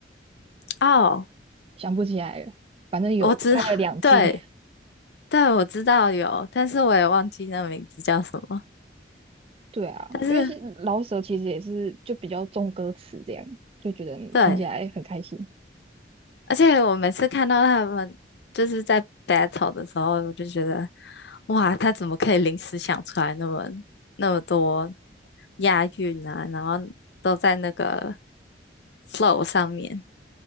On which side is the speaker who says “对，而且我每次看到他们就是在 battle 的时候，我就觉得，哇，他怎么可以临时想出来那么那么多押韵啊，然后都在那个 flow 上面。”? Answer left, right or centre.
Left